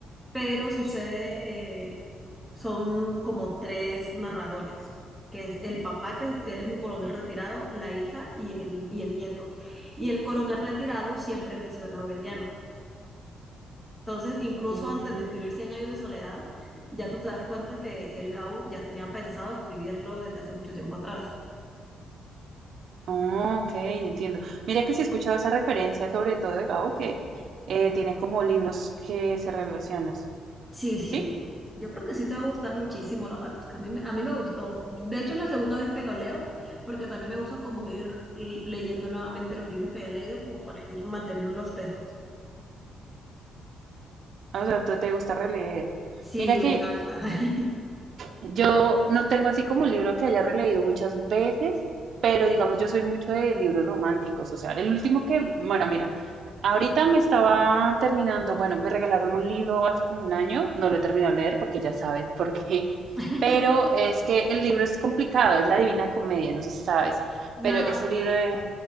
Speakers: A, in the centre; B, on the right.
A: pero sucede, eh, son como tres narradores, que es el papá que es, es un coronel retirado, la hija y el, y el nieto. Y el coronel retirado siempre menciona a Aureliano entonces, incluso
B: Mm,
A: antes de escribir Cien años de soledad, ya tú te das cuenta que el Gabo ya tenía pensado escribirlo desde hace mucho tiempo atrás.
B: oh, ok, entiendo. Mira que sí he escuchado esa referencia, sobre todo de Gabo, que eh, tiene como libros que se relacionan.
A: Sí, sí.
B: ¿Sí?
A: Yo creo que sí te va a gustar muchísimo los Alaska. A mí, me- a mí me gustó. De hecho, es la segunda vez que lo leo, porque también me gusta como ir l- leyendo nuevamente los libros que había leído, como para ir manteniéndolos frescos.
B: O sea, ¿tú te gusta releer.
A: Sí,
B: Mira
A: me
B: que
A: encanta. <laughs>
B: Yo no tengo así como un libro que haya releído muchas veces, pero digamos, yo soy mucho de libros románticos. O sea, el último
A: ¿Sí?
B: que, bueno, mira, ahorita me estaba terminando, bueno, me regalaron un libro hace como un año, no lo he terminado de leer porque ya sabes por qué,
A: <laughs>
B: pero es que el libro es complicado, es La Divina Comedia, no sé si sabes,
A: No,
B: pero ese
A: sí.
B: libro de